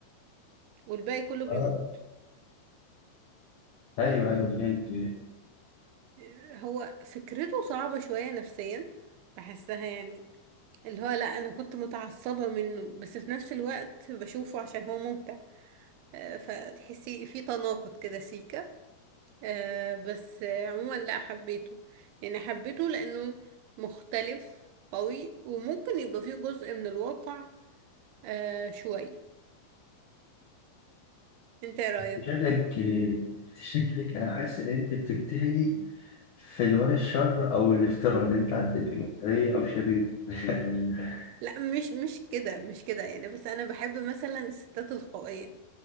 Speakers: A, on the right; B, on the left.
A: والباقي كله بيموت
B: اه ايوه ايوه فهمت
A: آه، هو فكرته صعبة شوية نفسيا بحسها يعني اللي هو لا انا كنت متعصبة منه بس في نفس الوقت بشوفه عشان هو ممتع آه، فتحسي في تناقض كده سيكا آه، بس آه، عموما لا حبيته يعني حبيته لانه مختلف قوي وممكن يبقى فيه جزء من الواقع آه، شوي انت ايه رأيك
B: شكلك شكلك انا حاسس ان انت بتجتهدي في دوار الشر او الافتراء اللي انت عندك مفترية او شبيه <laughs>
A: لا مش مش كده مش كده يعني بس انا بحب مثلا الستات القوية